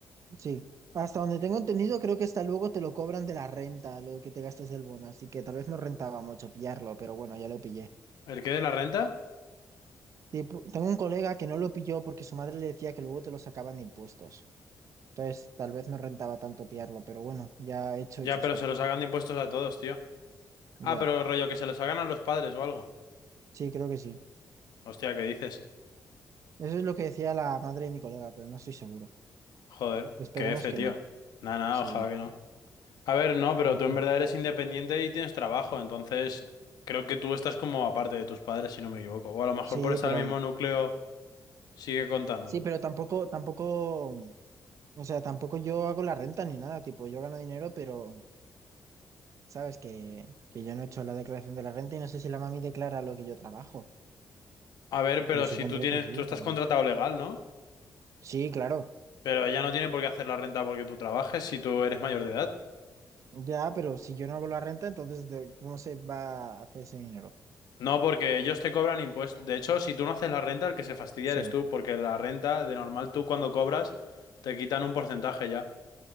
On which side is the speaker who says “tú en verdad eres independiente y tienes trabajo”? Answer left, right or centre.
Left